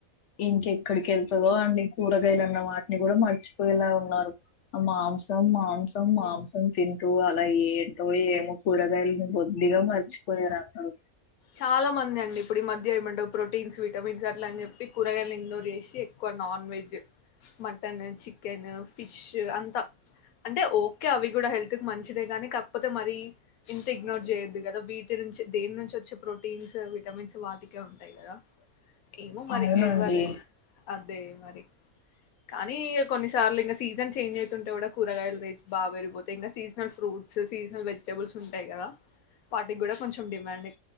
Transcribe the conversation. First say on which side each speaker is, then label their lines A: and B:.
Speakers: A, on the left; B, on the left.
A: ఇంకెక్కడికి ఎళ్తదో అండి కూరగాయలు అన్న వాటిని గుడా మర్చిపోయేలా ఉన్నారు ఆ మాంసం మాంసం మాంసం తింటూ అలా ఏంటో ఏమో కూరగాయలని బొద్దిగా మర్చిపోయారు అందరు
B: చాలా మంది అండి ఇప్పుడు ఈ మధ్య ఏమంటవు ప్రోటీన్స్ విటమిన్స్ అట్లా అని చెప్పి కూరగాయలను ఇగ్నోర్ చేసి ఎక్కువ non veg mutton chicken fish అంతా అంటే ఓకే అవి కూడా హెల్త్ కి మంచిదే కాని కాకపోతే మరీ ఇంత ఇగ్నోర్ చేయొద్దు కదా వీటి నుంచి దేని నుంచి వచ్చే ప్రోటీన్స్ విటమిన్స్ వాటికే ఉంటాయి కదా ఏమో మరి
A: అవునండి
B: ఎవరన్న అంతే మరి కానీ ఇక కొన్నిసార్లు ఇంకా సీజన్ చేంజ్ అయితుంటే కూడా కూరగాయలుే బా పెరిపోతయ్ ఇంకా సీజనల్ ఫ్రూట్స్ సీజనల్ వెజిటబుల్స్ ఉంటాయి కదా వాటికి కూడా కొంచెం డిమాండే